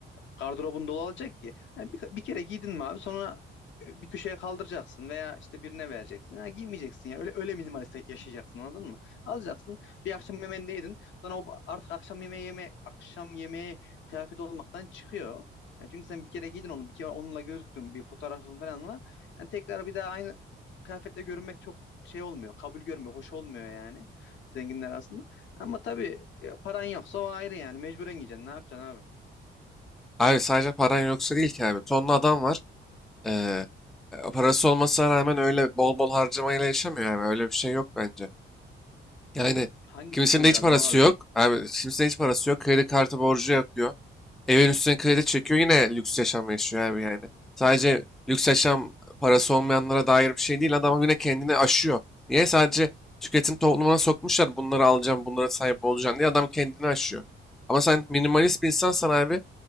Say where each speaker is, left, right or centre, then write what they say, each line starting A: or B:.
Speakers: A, on the left (about 70°); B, in the centre.
A: gardırobun dolu olacak ki. Hani bir, bir kere giydin mi abi sonra e, bir köşeye kaldıracaksın veya işte birine vereceksin. Ha, giymeyeceksin yani öyle öyle minimalist yaşayacaksın anladın mı? Alacaksın bir akşam yemeğini de yedin sonra o artık akşam yemeği yeme akşam yemeği kıyafet olmaktan çıkıyor. Yani çünkü sen bir kere giydin onu bir kere onunla gözüktün bir fotoğrafın falan var. Yani tekrar bir daha aynı kıyafetle görünmek çok şey olmuyor kabul görmüyor hoş olmuyor yani zenginler arasında. Ama tabii e, paran yoksa o ayrı yani mecburen giyeceksin ne yapacaksın abi?
B: Abi sadece paran yoksa değil ki abi. Tonlu adam var. Ee, e, parası olmasına rağmen öyle bol bol harcamayla yaşamıyor yani. Öyle bir şey yok bence. Yani
A: Hangi
B: kimisinin
A: Tonca
B: de hiç
A: adam
B: parası
A: abi
B: yok.
A: bu?
B: Abi kimisinin hiç parası yok. Kredi kartı borcu yapıyor. Evin üstüne kredi çekiyor yine lüks yaşam yaşıyor abi yani. Sadece lüks yaşam parası olmayanlara dair bir şey değil. Adam yine kendini aşıyor. Niye? Sadece tüketim toplumuna sokmuşlar. Bunları alacağım, bunlara sahip olacağım diye adam kendini aşıyor. Ama sen minimalist bir insansan abi